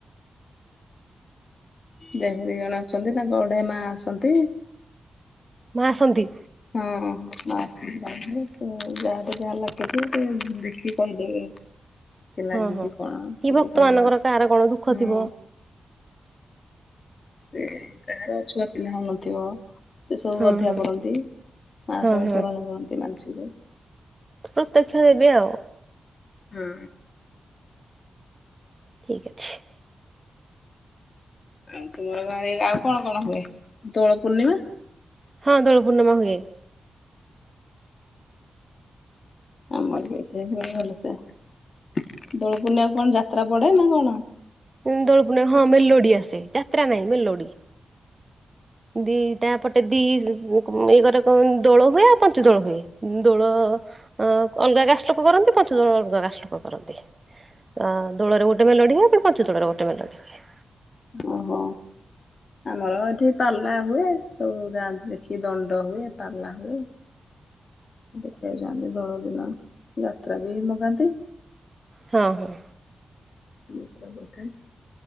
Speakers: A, on the left (about 55°); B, on the right (about 30°).
A: ଦେହୁରୀ ଜଣେ ଅଛନ୍ତି ତାଙ୍କଠି ମା ଆସନ୍ତି।
B: ମାଆ ଆସନ୍ତି?
A: ହଁ-ହଁ ମାଆ ଆସନ୍ତି ତାଙ୍କରି ସେ ଯାହାଠି ଯାହା <unintelligible> ସେ ଦେଖିକି କହିଦେବେ। କି ଲାଗିଛି
B: ହଁ ହଁ।
A: କଣ,
B: କି
A: ସବୁ
B: ଭକ୍ତ
A: କହିଦିଅନ୍ତି,
B: ମାନଙ୍କର କାହାର କଣ ଦୁଃଖ
A: ହୁଁ।
B: ଥିବ।
A: ସେ କାହାର ଛୁଆପିଲା ହଉନଥିବ ସେ ସବୁ
B: ହଁ
A: ଅଧିଆ
B: ହଁ
A: ପଡନ୍ତି ମା
B: ହଁ
A: ସବୁ
B: ହଁ।
A: ପୂରଣ କରନ୍ତି ମାନସିକ।
B: ପ୍ରତ୍ୟକ୍ଷ ଦେବି ଆଉ।
A: ହୁଁ।
B: ଠିକ ଅଛି।
A: ଆଉ ତୁମର ଗାଁ ରେ ଏରା ଆଉ କଣ କଣ ହୁଏ?
B: ହଁ ଦୋଳ ପୂର୍ଣ୍ଣିମା ହୁଏ।
A: ଆମର ବି <unintelligible> ଭଲସେ। ଦୋଳପୂର୍ଣ୍ଣିମା କଣ ଯାତ୍ରା ପଡେ ନା କଣ?
B: ଉଁ ଦୋଳପୁର୍ଣ୍ଣିମା ହଁ ମେଲୋଡି ଆସେ। ଯାତ୍ରା ନାହିଁ ମେଲୋଡି ଦିଇଟା ପଟେ ଦିଇ <unintelligible> କ ଦୋଳ ହୁଏ ଆଉ ପଞ୍ଚ ଦୋଳ ହୁଏ ଦୋଳ ଅ ଅଲଗା <unintelligible> ଲୋକ କରନ୍ତି ପାଞ୍ଚ ଦୋଳ <unintelligible> ଲୋକ କରନ୍ତି ଆ ଦୋଳରେ ଗୋଟେ ମେଲୋଡି ହୁଏ। ପଞ୍ଚ ଦୋଳରେ ଗୋଟେ ମେଲୋଡି ହୁଏ।
A: ଓହୋ। ଆମର ଏଠି ପାଲା ହୁଏ ସବୁ ଯାଆନ୍ତିୁ ଦେଖି। ଦଣ୍ଡ ହୁଏ ପାଲା ହୁଏ। ଦେଖିବାକୁ ଯାଆନ୍ତି ଦୋଳ ଦିନ ଯାତ୍ରା ବି ମଗାନ୍ତି।
B: ହଁ ହଁ
A: ଦୁଇଟା ବୋଧେ।